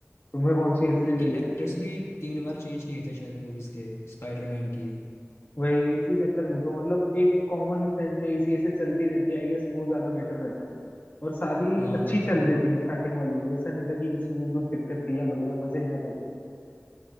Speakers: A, on the left (about 40°); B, on the left (about 70°).
A: तुम्हें कौन सी ऐसे
B: उनके एक्टर्स भी तीन बार चेंज किए थे शायद मूवीज़ के स्पाइडरमैन की
A: वही इसी चक्कर में तो मतलब एक कॉमन फ्रेंड से इसी ऐसे चलती रहती है, आई गेस वो ज्यादा बेटर रहता है। और सारी
B: हाँ
A: अच्छी चल रही थी स्टार्टिंग वाली भी ऐसा नहीं था कि किसी में भी कुछ दिक्कत थी या बढ़िया मजे नहीं आ रहे थे